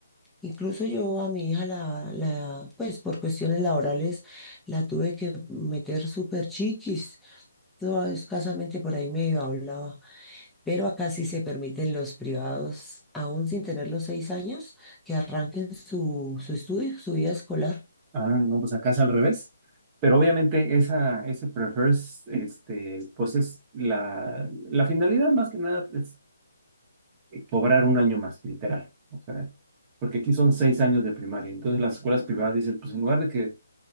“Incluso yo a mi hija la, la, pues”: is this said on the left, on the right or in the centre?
Centre